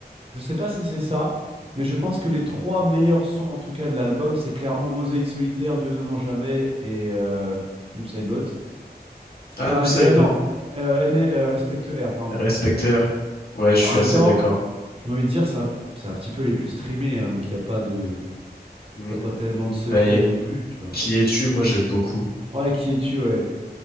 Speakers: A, on the right (about 35°); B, on the left (about 65°).
A: Je sais pas si c'est ça, mais je pense que les trois meilleurs sons en tout cas de l'album, c'est clairement Mosaïque Solitaire, Dieu ne ment jamais et euh, Noob Saibot.
B: Ah,
A: Enfin,
B: nous ça
A: euh,
B: Saibot.
A: non, euh, N- euh, Respect R, pardon.
B: Respect R. Ouais, je
A: Bah,
B: suis
A: en même
B: assez
A: temps,
B: d'accord.
A: j'ai envie de dire, c'est un, c'est un petit peu les plus streamés, hein, donc il n'y a pas de,
B: Hmm.
A: y a pas tellement de secrets
B: Bah, y a
A: non plus, tu vois.
B: Qui es-tu? Moi, j'aime beaucoup.
A: Ouais, qui es-tu, ouais.